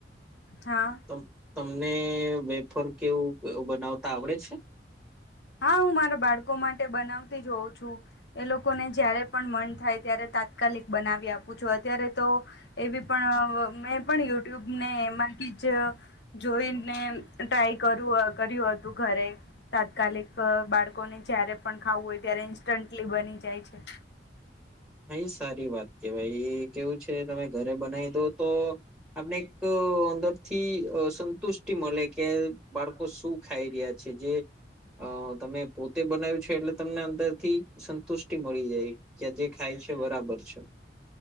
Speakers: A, on the left; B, in the centre.
A: હા.
B: તમ તમને વેફર કેવું બનાવતા આવડે છે?
A: હા હું મારા બાળકો માટે બનાવતી જ હોઉં છું, એ લોકોને જયારે પણ મન થાય ત્યારે તાત્કાલિક બનાવી આપું છું અત્યારે તો, એવી પણ મેં પણ યુટ્યુબ ને એમાં જ, જોઈને ટ્રાય કરુ કર્યું હતું ઘરે, તાત્કાલિક. બાળકોને જયારે પણ ખાવું હોય ત્યારે ઈન્સ્ટન્ટલી બની જાય છે.
B: હા એ સારી વાત કેવાય કેવું છે તમે ઘરે બનાવી દો તો, આપણે એક અંદરથી અ સંતુષ્ટિ મલે કે બાળકો શું ખાઈ રહ્યા છે જે અ તમે પોતે બનાવ્યું છે એટલે તમને અંદર થી સંતુષ્ટિ મળી જાય કે જે ખાય છે બરાબર છે.